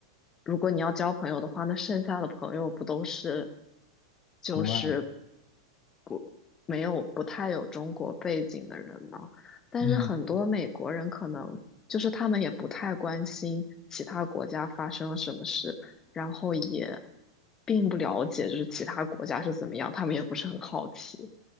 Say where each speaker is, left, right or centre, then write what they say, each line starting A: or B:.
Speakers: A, on the left; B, on the left.
A: 如果你要交朋友的话，那剩下的朋友不都是就是
B: 国外，
A: 不没有不太有中国背景的人吗？但是很多美国人可能就是他们也不太关心其他国家发生了什么事，
B: 嗯
A: 然后也并不了解就是其他国家是怎么样，他们也不是很好奇。